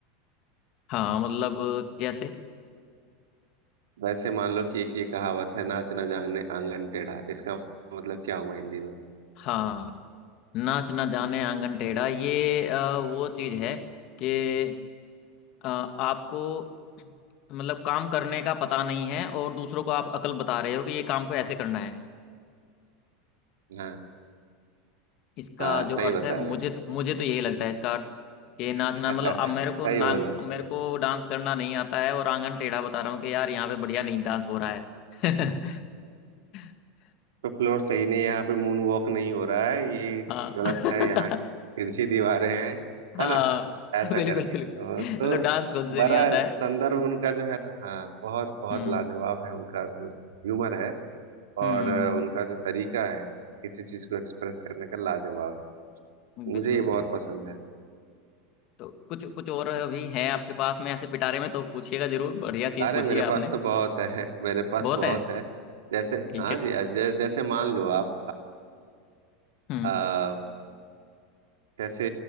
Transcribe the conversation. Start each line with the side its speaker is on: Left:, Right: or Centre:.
Left: हाँ मतलब जैसे
Right: वैसे मान लो कि एक ये कहावत है नाच न जाने आंगन टेढ़ा इसका मतलब क्या हुआ हिंदी में
Left: हाँ नाच ना जाने आंगन टेढ़ा ये अ, वो चीज है कि अ, आपको मतलब काम करने का पता नहीं है और दूसरों को आप अकल बता रहे हो कि ये काम को ऐसे करना है
Right: हाँ
Left: इसका
Right: हाँ सही
Left: जो अर्थ
Right: बता
Left: है मुझे
Right: रहे
Left: मुझे तो यही लगता है इसका अर्थ कि नाचना
Right: हो। <laughs>
Left: मतलब अब मेरे को
Right: सही
Left: ना
Right: बोला
Left: मेरे को डांस करना नहीं आता है और आंगन टेढ़ा बता रहा हूँ कि यार यहाँ पे बढ़िया नहीं डांस हो रहा है <laughs>
Right: तो फ्लोर सही नहीं है यहाँ पे मून वॉक नहीं हो रहा है ये
Left: हाँ
Right: गलत
Left: <laughs>
Right: है यहाँ की तिरछी दीवारें हैं
Left: हाँ
Right: है ना ऐसा
Left: बिल्कुल
Right: करके
Left: बिल्कुल
Right: हाँ, तो
Left: मतलब डांस खुद से
Right: बड़ा
Left: नहीं आता है
Right: संदर्भ उनका जो है ना हाँ बहुत बहुत
Left: हम्म
Right: लाजवाब है उनका जो ह्यूमर है
Left: हम्म
Right: और अ, उनका जो तरीका है किसी चीज को एक्सप्रेस करने का लाजवाब मुझे
Left: बिल्कुल
Right: ये
Left: बिल्कुल
Right: बहुत पसंद है
Left: तो कुछ कुछ और अभी है आपके पास में ऐसे पिटारे में तो पूछिएगा जरूर बढ़िया चीज
Right: अरे
Left: पूछिए
Right: मेरे
Left: आपने
Right: पास तो बहुत है मेरे पास
Left: बहुत
Right: बहुत
Left: है
Right: है जैसे
Left: ठीक
Right: हाँ
Left: है
Right: जी जै, जैसे मान लो आप
Left: हम्म
Right: आप जैसे